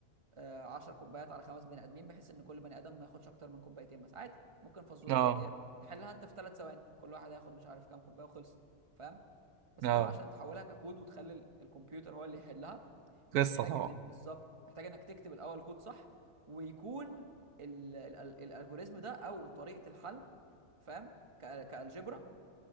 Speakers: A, on the right (about 25°); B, on the right (about 85°).
A: آه، 10 كوبايات على خمس بني ادمين بحيث ان كل بني ادم ما ياخدش اكتر من كوبايتين مثلا عادي ممكن فزوره
B: اه
A: زي ديت تحلها انت في ثلاث ثواني كل واحد هياخد مش عارف كام كوبايه وخلص فاهم بس
B: اه
A: انت بقى عشان تحولها ككود وتخلي ال- الكمبيوتر هو اللي يحلها محتاج
B: قصة طبعا
A: ان إن- بالظبط محتاج انك تكتب الاول كود صح ويكون ال- ال- ال- الالجوريزم ده او طريقه الحل فاهم كالجبرا